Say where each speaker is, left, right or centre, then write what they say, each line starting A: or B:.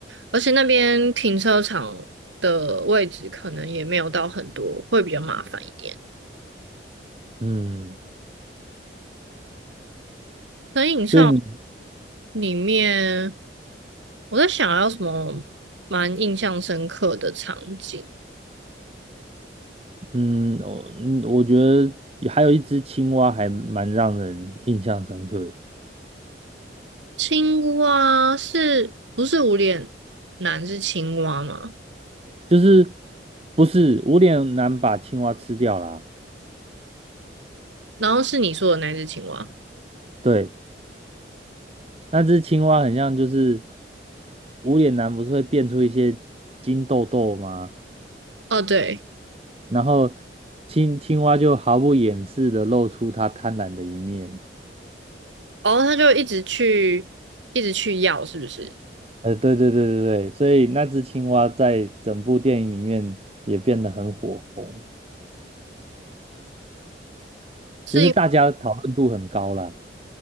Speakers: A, on the right; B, on the right.
A: 而且那边停车场的位置可能也没有到很多，会比较麻烦一点。
B: 嗯，
A: 可以，你上。
B: 所以你。
A: 里面我在想要什么蛮印象深刻的场景。
B: 嗯，我嗯，我觉得也还有一只青蛙还蛮让人印象深刻的
A: 青蛙是不是无脸男是青蛙吗？
B: 就是不是我有男把青蛙吃掉啦。
A: 然后是你说的那只青蛙。
B: 对，那只青蛙很像就是无脸男不是会变出一些金豆豆吗？
A: 哦，对，
B: 然后青青蛙就毫不掩饰的露出它贪婪的一面。
A: 哦，他就一直去，一直去要，是不是？
B: 呃，对对对对对，所以那只青蛙在整部电影里面也变得很火红，
A: 是因
B: 就是大家讨论度很高啦。